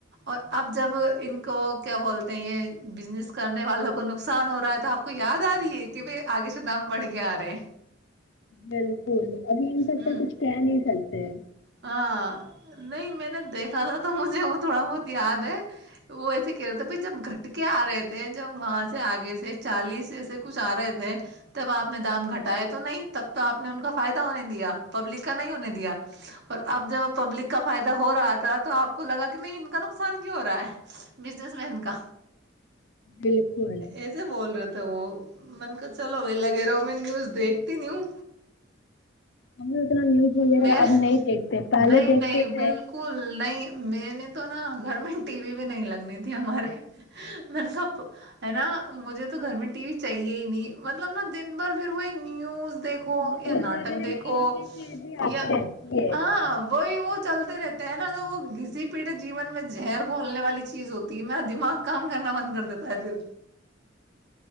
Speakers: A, on the right (about 60°); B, on the left (about 65°).
A: اور اب جب ان کو کیا بولتے ہیں یہ بزنس کرنے والوں کو نقصان ہو رہا ہے تو آپ کو یاد آ رہی ہے کہ بائی آگے سے دام بڑھ کے آ رہے
B: بالکل ابھی ان سب
A: ہوں
B: کا کچھ کیا نہیں سک سی
A: ہاں نہیں میں نے دیکھا تھا تو مجھے وہ تھوڑا بہت یاد ہے وہ ایسے کہہ رہے تھے بائی جب گھٹکے آ رہے تھے جب وہاں سے آگے سے چالیس ایسے کچھ آ رہے تھے تب آپ نے دام گھٹائے تو نہیں تب تو آپ نے ان کا فائدہ ہونے دیا پبلک کا نہیں ہونے دیا اور اب جب پبلک کا فائدہ ہو رہا تھا تو آپ کو لگا کہ نہیں ان کا نقصان کیوں ہو رہا ہے بزنس مین کا
B: بالکل
A: ایسے بول رہے تھ تو وہ من کو چلو بی لگے رہا ہ میں نیوز دیکھتی نہیں ہوں
B: ہمیں اتنا نیوز وغیرہ
A: میرا
B: اب نہیں دیکھتے پہلے
A: نہیں
B: دیکھتے
A: ہیں
B: تھے
A: بالکل نہیں میں نے تو نا گھر میں ٹی وی بھی نہیں لگنی تھی ہمارے مط نے س ہے نا مجھے تو گھر میں ٹی وی چاہیے ہی نہیں مطلب نا دن بھر پھر وہی نیوز دیکھو
B: نیوز
A: یا ناٹک
B: وغیرہ
A: دیکھو
B: میں ایک ہی چیز ہی
A: یا
B: آتی رہتی
A: ہاں وحی وہ چلتے رہتے نا تو وہ کسی پیڑ جین میں جہر کھولنے والی چیز ہوتی ہے میرا دماغ کام کرنا بند کر دیتا ہے پھر